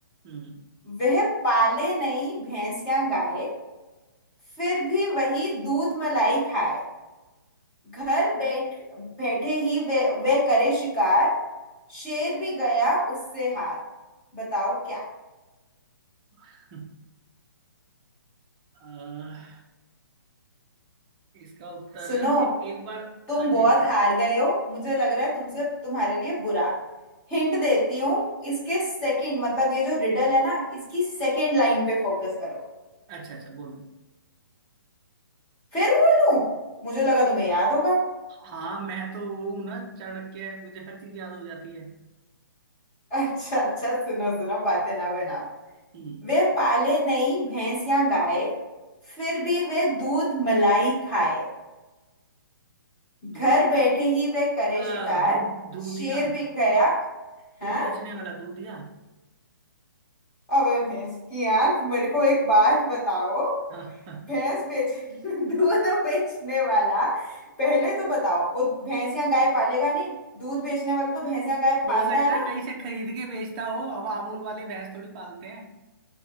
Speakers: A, on the right; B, on the left.
A: हम्म
B: वह पाले नहीं भैंस या गाय फिर भी वही दूध मलाई खाए घर बैठ बैठे ही वे वे करे शिकार शेर भी गया उससे हार बताओ क्या
A: <laughs> अह, इसका उत्तर
B: सुनो
A: ए, एक बार
B: तुम
A: हाँ
B: बहुत
A: जी
B: हार गए हो मुझे लग रहा है तुमसे तुम्हारे लिए बुरा हिंट देती हूँ इसके सेकंड मतलब ये जो रिडल है ना इसकी सेकंड लाइन पे फोकस करो
A: अच्छा अच्छा बोलो
B: फिर बोलूं मुझे लगा तुम्हें याद होगा
A: हाँ मैं तो वो हूँ ना चाणक्य मुझे हर चीज याद हो जाती है
B: अच्छा अच्छा सुनो सुनो बातें ना बनाओ
A: हम्म,
B: वे पाले नहीं भैंस या गाय फिर भी वे दूध मलाई खाए
A: दूध
B: घर बैठे ही वह करे
A: आ,
B: शिकार
A: दूध दूधिया
B: शेर भी गया हाँ
A: दूध बेचने वाला दूधिया
B: अबे भैंस की आंख मेरे को एक बात बताओ
A: हाँ, हाँ।
B: भैंस बेच <laughs> दूध बेचने वाला पहले तो बताओ वो भैंस या गाय पालेगा नहीं दूध बेचने वाला तो भैंस या गाय पालता
A: हो सकता
B: है ना
A: है कहीं से खरीद के बेचता हो अब अमूल वाले भैंस थोड़ी पालते हैं